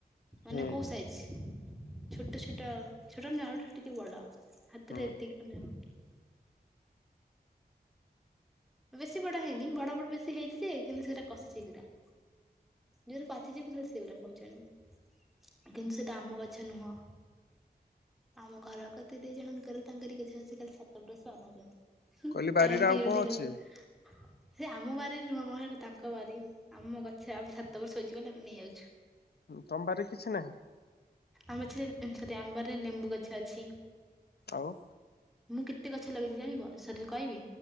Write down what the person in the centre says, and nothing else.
ମାନେ
କୋଉ ସାଇଜ? ଛୋଟ ଛୋଟ ଛୋଟ ନୁଏଁ ଆଉଠାରୁ ଟିକେ ବଡ ହାତରେ
ଏତିକି ଖଣ୍ଡେ ହବ। ବେଶୀ ବଡ ହେଇନି ବଡ ବଡ ବେଶୀ ହେଇଚି ଯେ କିନ୍ତୁ ସେଇରା କଷି ଗୁରା। ଜଉରା ପାଚିଛି ମୁଁ ଖାଲି ସେଉରା ଖାଉଚି ଆଣିକି କିନ୍ତୁ ସେଇଟା ଆମ ଗଛ ନୁହଁ। ଆମ ଘର କତିରେ ଜଣଙ୍କର ତାଙ୍କରି ଗଛ ସେଇଟା ସ <unintelligible> ହୁଁ
କାଳେ ଆମେ
ପିଜୁଳି
ଦେଇଦେବେ।
ସେ ଆମ ବାରିରେ ନୁହଁ ମ ସେଟା ତାଙ୍କ ବାରି ଆମ ଗଛ ଆମ ଛାତ ଉପରେ ଶୋଇଚି ବୋଲି ଆମେ ନେଇଆଉଛୁ।
ଆମ ଗଛରେ ସରି ଆମ ବରିରେ ଲେମ୍ବୁ ଗଛ ଅଛି।
ମୁଁ କେତେ ଗଛ ଲଗେଇଚି ଜାଣିବ ସରି କଇବି